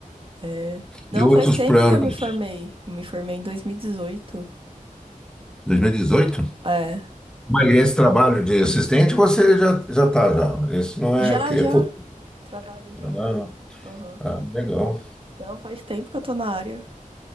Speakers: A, on the right; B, in the centre.
A: É. Não,
B: e outros
A: faz tempo
B: planos?
A: que eu me formei. Eu me formei em 2018.
B: dois mil e dezoito
A: É.
B: Mas esse trabalho de assistente você já já tá já. Esse não é
A: Já,
B: que é
A: já.
B: futuro.
A: Trabalho já.
B: Ah,
A: Aham.
B: ah, legal.
A: Não, faz tempo que eu tô na área.